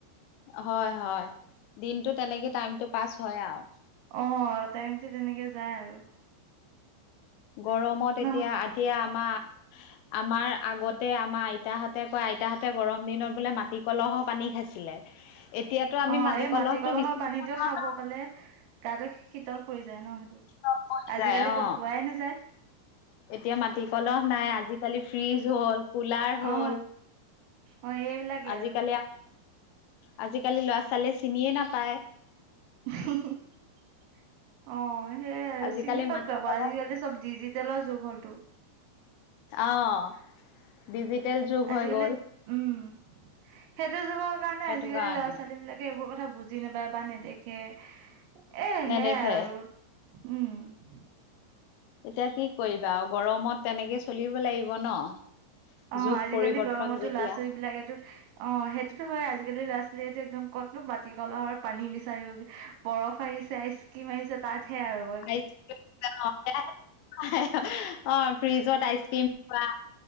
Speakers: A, on the left (about 80°); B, on the right (about 75°).
A: হয় হয় দিনতটো তেনেকে টাইমটো পাছ হয় আৰু।
B: অ টাইমটো তেনেকে যায় আৰু।
A: গৰমত এতিয়া,
B: নহ
A: এতিয়া আমাৰ আমাৰ আগতে আমাৰ আইতাহঁতে কয়, আইতাহঁতে গৰম দিনত বোলে মাটি কলহৰ পানী খাইছিলে। <unintelligible> আমি
B: অ এই
A: কলহটো
B: মাটি কলহৰ
A: বিচাৰি
B: পানীটো
A: নাপাওঁ,
B: খাব পালে গাটো শীতল পৰি যায় ন।
A: তল পৰি
B: আজিকালি
A: যায় অ
B: ক'ত পোৱাই নাযায়।
A: এতিয়া মাটি কলহ নাই, আজিকালি ফ্ৰিজ হ'ল কুলাৰ হ'ল
B: অ অ এইবিলাকেই
A: আজিকালি
B: আৰু
A: আকৌ আজিকালি ল'ৰা ছোৱালীয়ে চিনিয়ে নাপায়।
B: <unintelligible> অ সেয়াই
A: আজিকালি
B: চিনি ক'ত
A: মাটি
B: পাব
A: কলহ
B: আজিকালি চব ডিজিটেলৰ যুগ হ'লটো।
A: অহ ডিজিটেল যুগ
B: আজিকালি
A: হৈ গ'ল।
B: উম সেইটো যুগৰ কাৰণে
A: সেইটো
B: আজিকালি
A: কাৰণে
B: ল'ৰা ছোৱালী বিলাক এইবোৰ কথা বুজি নাপায় বা নেদেখে, এ
A: নেদেখে
B: সেয়াই আৰু। উম।
A: এতিয়া কি কৰিবা আৰু গৰমত তেনেকে চলিব লাগিব ন'।
B: অ'
A: যুগ
B: আজিকালি
A: পৰিৱৰ্তন
B: গৰমতো
A: যেতিয়া
B: ল'ৰা ছোৱালী বিলাকেতো অ' সেইটোতো হয়ে, আজিকালি ল'ৰা ছোৱালীটো একদম ক'তো মাটি কলহৰ পানী বিচাৰিগে। বৰফ আহিছে, আইস্কিম আহিছে, তাতহে আৰু‌
A: আইচক্ৰীম <unintelligible> অ', ফ্ৰিজত আইচক্ৰীম থোৱা।